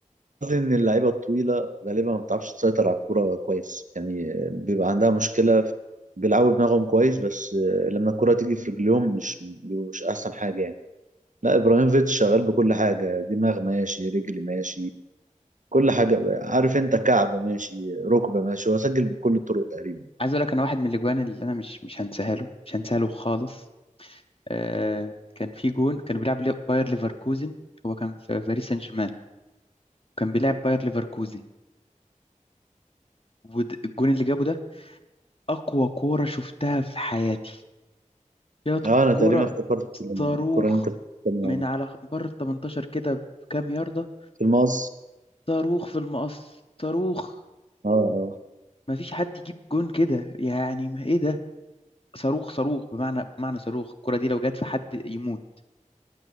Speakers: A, on the right; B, on the left.
A: قصدي ان اللعيبه الطويله غالبا ما بتعرفش تسيطر على الكوره كويس يعني بيبقى عندها مشكله في- بيلعبوا دماغهم كويس بس لما الكره تيجي في رجليهم مش بيبقوا مش احسن حاجه يعني لا ابراهيموفيتش شغال بكل حاجه دماغ ماشي رجل ماشي كل حاجه عارف انت كعب ماشي ركبه ماشي هو سجل بكل الطرق تقريبا
B: عايز اقول لك انا واحد من الاجوان اللي انا مش مش هنساها له مش هنساها له خالص آه كان في جون كانوا بيلعب لي- باير ليفركوزن هو كان في باريس سان جيرمان كان بيلعب باير ليفركوزن والجون اللي جابه ده اقوى كوره شفتها في حياتي جت
A: اه انا
B: كوره
A: تقريبا افتكرت الكره
B: صاروخ
A: اللي انت بتتكلم عنها
B: من على بره ال 18 كده بكام ياردة
A: في المقص
B: صاروخ في المقص صاروخ
A: اه اه
B: مفيش حد يجيب جون كده يعني ما ايه ده صاروخ صاروخ بمعنى بمعنى صاروخ الكرة دي لو جت في حد يموت